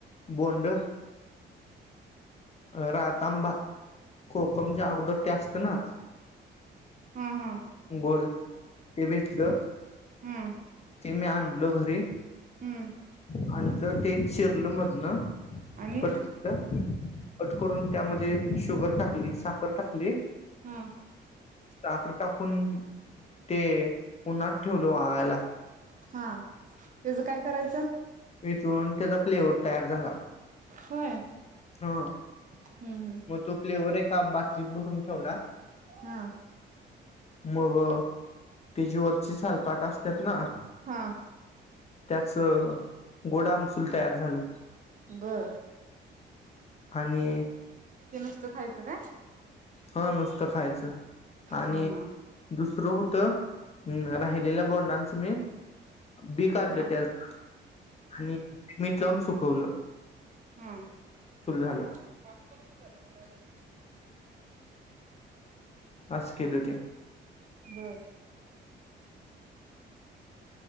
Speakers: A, on the left (about 30°); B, on the right (about 40°).
A: बोंड रातांबा कोकमच्या अगोदर ते असते ना
B: हा हा
A: बोल ते भेटलं
B: हम्म
A: ते मी आणलो घरी
B: हम्म
A: <unintelligible> जर ते चिरल मद न
B: आणि
A: कट <unintelligible> करून त्यामध्ये शुगर टाकली साखर टाकली
B: अंह
A: साखर टाकून ते उन्हात ठेवलो वाळायला
B: हां त्येचं काय करायचं
A: विजवून त्येच प प्ले ओर तयार झाला
B: होय
A: हं
B: हम्म हम्म
A: म तो प्लेवर एका बाटलीत भरून ठेवला
B: हा
A: मग तेची वरची सालपाट असत्यात ना
B: हां
A: त्याच गोड आमसूल तयार झाल
B: बर
A: आणि
B: ते नसत खायचं काय
A: हा नुसत खायच आणि
B: हा हा
A: दुसरं होतं हं राहिलेल बोलणार तुम्ही बी काढलं
B: हा
A: <unintelligible> आणि मीट लावून सुखवलं
B: हं <unintelligible>
A: झालं बस केलं ते
B: बर